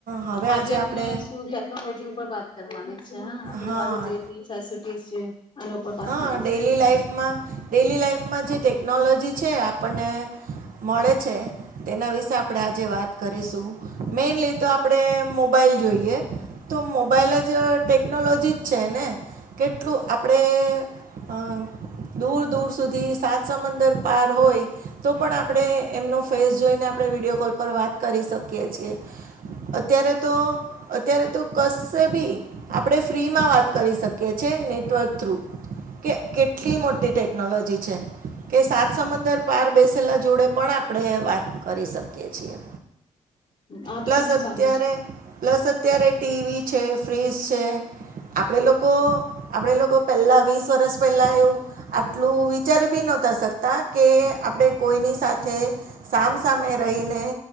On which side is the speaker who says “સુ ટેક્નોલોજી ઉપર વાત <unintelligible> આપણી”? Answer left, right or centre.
Left